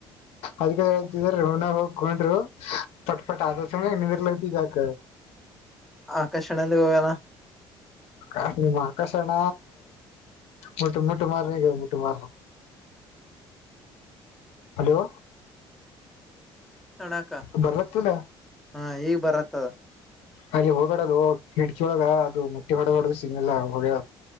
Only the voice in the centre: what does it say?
ಆಕರ್ಷಣ ಎಂದ ಗವಾನ
ನೋಡಾಕ
ಹಾ ಈಗ್ ಬರತ್ತದ